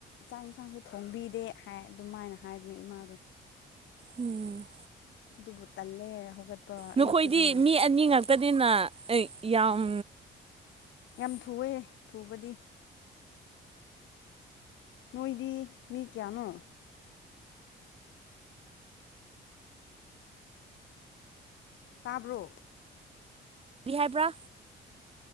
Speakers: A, on the left; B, on the right.
A: ꯆꯥꯛ ꯏꯟꯁꯥꯡꯁꯨ ꯊꯣꯡꯕꯤꯗꯦ ꯍꯥꯏ ꯑꯗꯨꯝꯃꯥꯏꯅ ꯍꯥꯏꯕꯅꯦ ꯏꯃꯥꯗꯣ
B: ꯎꯝ
A: ꯑꯗꯨꯕꯨ ꯇꯜꯂꯦ ꯍꯧꯒꯠ
B: ꯅꯈꯣꯏꯗꯤ
A: ꯑꯌꯨꯛꯇꯗꯤ
B: ꯃꯤ ꯑꯅꯤ ꯉꯥꯛꯇꯅꯤꯅ ꯑꯩ ꯌꯥꯝ
A: ꯌꯥꯝ ꯊꯨꯑꯦ ꯊꯨꯕꯗꯤ ꯅꯣꯏꯗꯤ ꯃꯤ ꯀꯌꯥꯅꯣ ꯇꯥꯕ꯭ꯔꯣ
B: ꯕꯤ ꯌꯥꯝꯅꯥ ꯍꯥꯏꯕ꯭ꯔꯥ